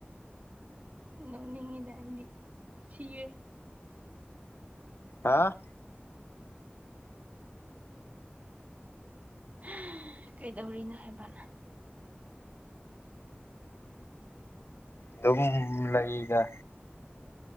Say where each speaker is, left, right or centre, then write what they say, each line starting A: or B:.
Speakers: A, on the right (about 40°); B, on the left (about 80°).
A: ꯅꯣꯛꯅꯤꯡꯉꯤꯗ ꯑꯩꯗꯤ ꯁꯤꯌꯦ
B: ꯍꯥꯥ
A: ꯍ ꯀꯩꯗꯧꯔꯤꯅꯣ ꯍꯥꯏꯕ
B: ꯑꯗꯨꯝ ꯂꯩꯗ